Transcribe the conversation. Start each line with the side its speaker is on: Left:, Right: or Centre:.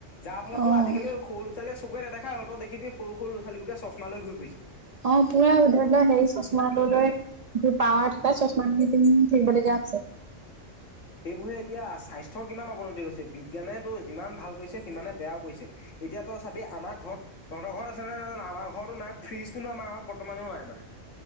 Left: যাৰ ফলতো
Right: অ',
Left: আজিকালি সৰু লৰা ছোৱালী চকুৰে নেদেখা হল দেখিবি সৰু লৰা ছোৱালী চশম লৈ ঘূৰি ফুৰিছে।
Right: অ পুৰা ধৰি লোৱা হেৰি চচমা লৈ লৈ পাৱাৰ থকা চশমা থাকিবলগীয়া হৈছে।
Left: সেইবোৰে এতিয়া স্বাস্থ্যৰ কিমান অৱনতি হৈছে বিজ্ঞানে যিমান ভাল কৰিছে সিমানে বেয়াও কৰিছে। এতিয়া তই চাবি আমাৰ ঘৰত, তহঁতৰ ঘৰত আছে নে নাই নাজানো আমাৰ ঘৰতো নাই ফ্ৰিজ, কিন্তু আমাৰ ঘৰত বৰ্তমানেও নাই মানে।